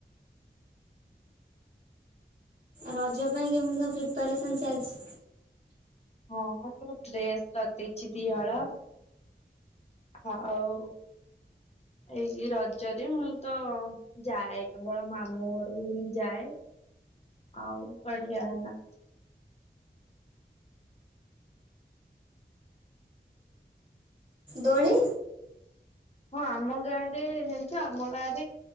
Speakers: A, on the right (about 45°); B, on the left (about 35°).
A: ରଜ ପାଇଁ କେମ୍ତି କଣ ପ୍ରିପାରେସନ୍ ଚାଲ୍ଚି?
B: ହଁ ବା ମୁଁ ଡ୍ରେସ୍ କରିଦେଇଚି ଦି ହଳ। ଆଉ ଏଇ ରଜରେ ମୁଁ ତ ଯାଏ କେବଳ ମାମୁଁ ଘରକୁ ମୁଁ ଯାଏ, ଆଉ କାଡିଆ ନା
A: ଦୋଳି
B: ହଁ ଆମ ଗାଁରେ ଜଣିଚ ଆମ ଗାଁରେ